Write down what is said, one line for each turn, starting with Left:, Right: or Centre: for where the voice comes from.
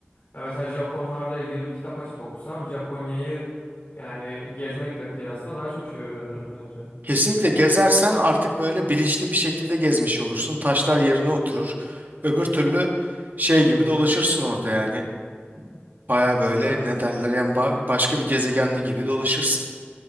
Left: Ya mesela Japonlarla ilgili bir kitap açıp okusam Japonya'yı yani gezmekle kıyasla daha çok şey öğrenirim bence.
Right: Kesinlikle gezersen artık böyle bilinçli bir şekilde gezmiş olursun. Taşlar yerine oturur. Öbür türlü şey gibi dolaşırsın orada yani. Baya böyle
Left: Değil mi?
Right: ne derler yani ba- başka bir gezegende gibi dolaşırsın.